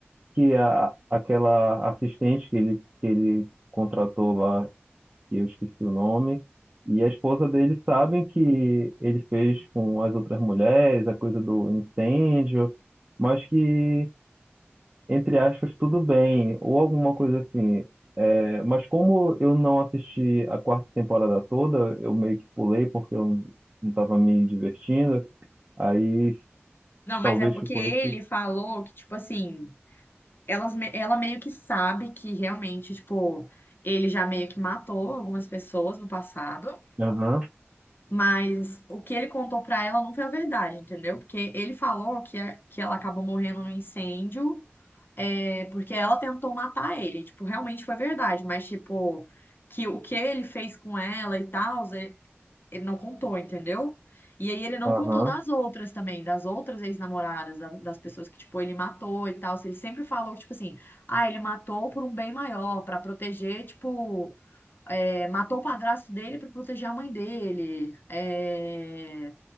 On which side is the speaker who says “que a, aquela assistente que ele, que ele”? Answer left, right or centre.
Right